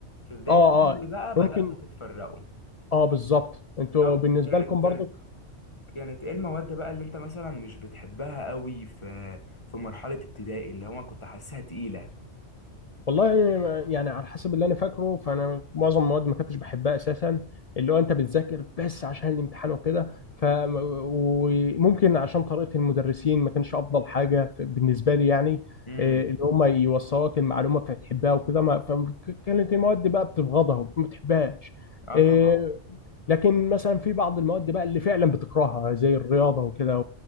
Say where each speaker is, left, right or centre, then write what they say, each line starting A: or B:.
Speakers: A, on the left; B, on the left.
A: في بداية
B: اه
A: ثانوي
B: اه
A: بقى بدأتوا
B: ممكن
A: تتفرقوا
B: اه بالظبط انتوا
A: طب
B: بالنسبه
A: كانت
B: لكم برضك
A: كانت ايه المواد بقى اللي انت مثلا مش بتحبها قوي في في مرحلة ابتدائي اللي هو كنت حاسسها تقيلة
B: والله يعني على حسب اللي انا فاكره فانا معظم المواد ما كنتش بحبها اساسا اللي هو انت بتذاكر بس عشان الامتحان وكده ف وممكن عشان طريقه المدرسين ما كانش افضل حاجه ف- بالنسبه لي يعني
A: امم
B: إيه، اللي هم يوصلوك المعلومه فتحبها وكده ما فكانت المواد دي بقى بتبغضها وما بتحبهاش
A: اه
B: آه،
A: طبعا
B: لكن مثلا في بعض المواد بقى اللي فعلا بتكرهها زي الرياضه وكده